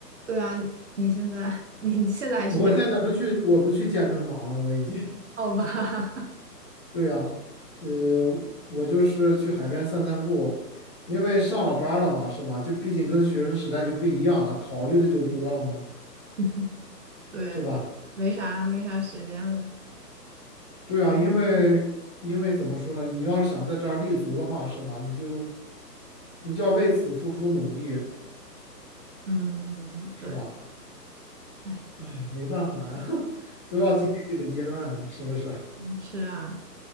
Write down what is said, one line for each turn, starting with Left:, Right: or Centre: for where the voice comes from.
Right: 对啊，你现在 <laughs> 你现在还去？
Left: <laughs> 我现在不去，
Right: 健
Left: 我不去健身房了，我已经。<laughs>
Right: <laughs> 好吧，
Left: 对呀，呃，我就是去海边散散步，因为上了班儿了嘛，是吧？就毕竟跟学生时代就不一样了，考虑的就多了嘛，
Right: <laughs> 对，
Left: 是吧？
Right: 没啥没啥时间了。
Left: 对啊，因为因为怎么说呢，你要是想在这儿立足的话，是吧？你就你就要为此付出努力，
Right: 嗯，
Left: 是吧？
Right: 对，哎，
Left: 哎，没办法呀，<laughs> 都要经历这个阶段啊，是不是？
Right: 是啊，